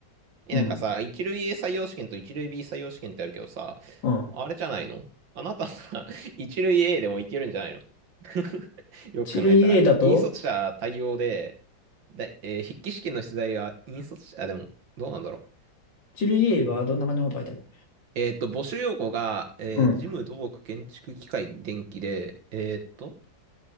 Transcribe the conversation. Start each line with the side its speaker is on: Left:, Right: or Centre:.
Right: え、
Left: うん。
Right: なんかさ、一類 A 採用試験と一類 B 採用試験ってあるけどさ、
Left: うん。
Right: あれじゃないのあなたさ、<laughs> 一類 A でもいけるんじゃないの <laughs> よく考えたら。
Left: 一類 A だと、
Right: 引率者対応で、だい、えー筆記試験の出題は引率者、あ、でも、どうなんだろう。
Left: ジル EA はどんな感じのこと書いてある
Right: えーっと、募集要項が、えー事務、
Left: のうん。
Right: 土木、建築、機械、電気で、えーっと、